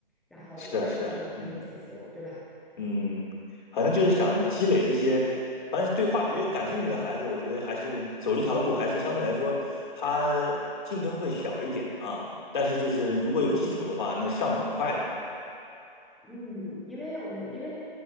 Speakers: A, in the centre; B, on the left (about 55°).
A: 然后
B: 是啊是啊，
A: CCC
B: 嗯
A: 和 CCO，对吧？
B: 嗯，反正就是想积累这些，反正对化学感兴趣的孩子，我觉得还是走这条路，还是相对来说他竞争会小一点啊。但是就是如果有基础的话，那上的很快的。
A: 嗯，因为我因为